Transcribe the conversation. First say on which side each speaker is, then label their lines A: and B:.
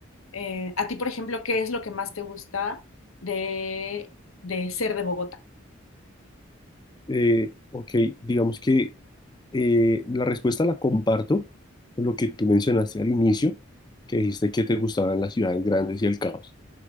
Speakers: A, on the left (about 85°); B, on the left (about 20°).
A: Eh, a ti, por ejemplo, ¿qué es lo que más te gusta de, de ser de Bogotá?
B: Eh, ok, digamos que eh, la respuesta la comparto con lo que tú mencionaste al inicio, que dijiste que te gustaban las ciudades grandes y el caos.